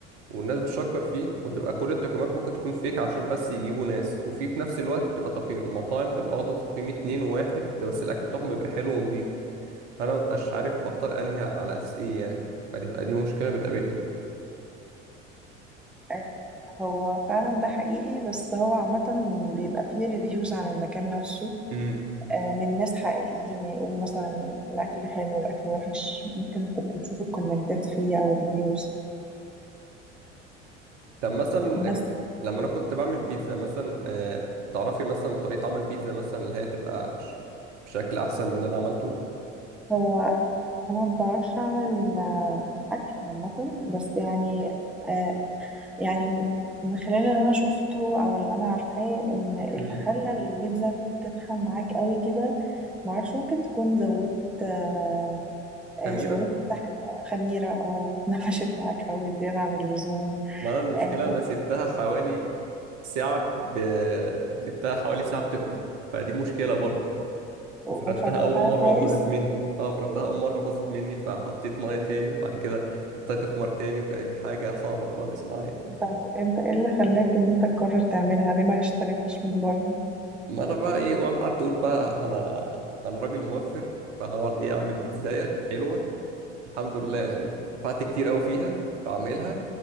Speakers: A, on the right (about 70°); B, in the centre.
A: والناس بتشكر فيه وتبقى كل التقييمات ممكن تكون فيك عشان بس يجيبوا ناس وفي في نفس الوقت بتبقى تقييم مطاعم تبقى واخدة تقييم اتنين وواحد بس الأكل بتاعهم بيبقى حلو ونضيف أنا مبقاش عارف بختار أنهي على أساس إيه يعني فدي بقى دي مشكلة بتقابلني
B: آه، هو فعلا ده حقيقي بس هو عامة بيبقى فيه ريفيوز عن المكان نفسه
A: امم
B: آه، من ناس حقيقيين يعني يقولوا مثلا الأكل حلو الأكل وحش ممكن تبقى تشوف الكومنتات فيه أو الريفيوز
A: طب مثلا
B: بس
A: لما انا كنت بعمل بيتزا مثلا آه، تعرفي مثلا طريقة عمل بيتزا مثلا اللي هي تبقى ش- بشكل احسن من اللي انا عملته
B: هو أنا مبعرفش أعمل آه، أكل عامة بس يعني آه، يعني م- من خلال اللي انا شفته او اللي انا عارفاه ان اللي
A: امم
B: خلى البيتزا تتخن معاك قوي كده معرفش ممكن تكون زودت آه
A: خميرة
B: آه، زودت ح- خميرة او <laughs> نفشت معاك قوي زيادة عن اللزوم
A: ما انا المشكلة
B: آه ممكن-
A: انا سبتها حوالي ساعة ب... سبتها حوالي ساعة بتخمر فدي مشكلة برضه
B: و-
A: فردتها
B: وفردتها
A: اول مرة
B: كويس
A: وباظت مني اه فردتها اول مرة باظت مني فحطيت مية تاني وبعد كده سبتها تخمر تاني وكانت حاجة صعبة خالص معايا
B: طب انت ايه اللي خلاك ان انت تقرر تعملها ليه ما اشتريتهاش من بره
A: ما انا بقى ايه قعدت اقول بقى انا انا راجل موفر فهقعد ايه اعمل بيتزاية حلوة الحمد لله يعني دفعت كتير قوي فيها في عمايلها